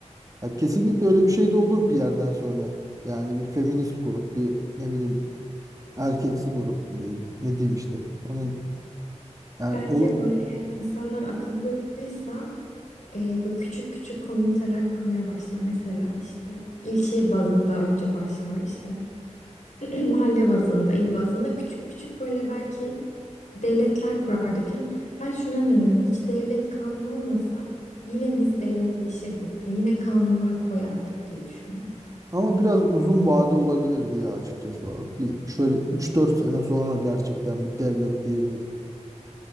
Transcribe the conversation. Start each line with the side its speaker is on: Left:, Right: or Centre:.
Right: Ya kesinlikle öyle bir şey de olur bir yerden sonra. Yani bir feminist grup, bir ne bileyim erkeksi grup mu diyeyim. Ne diyeyim işte. Onun yani
Left: Bence
Right: ol-
Left: böyle eğer insanlar akıllıysa e, böyle küçük küçük komüniteler kurmaya başlar. Mesela işte ilçe bazında önce başlar işte <clears throat> mahalle bazında, il bazında küçük küçük böyle belki devletler kurardık. Yani ben şuna inanıyorum hiç devlet kanun olmasa yine biz devletleşirdik ve yine kanunlar koyardık diye düşünüyorum.
Right: ama biraz uzun vade olabilirdi ya açıkçası. o. Bir şöyle üç dört sene sonra gerçekten bir devlet diyebiliriz.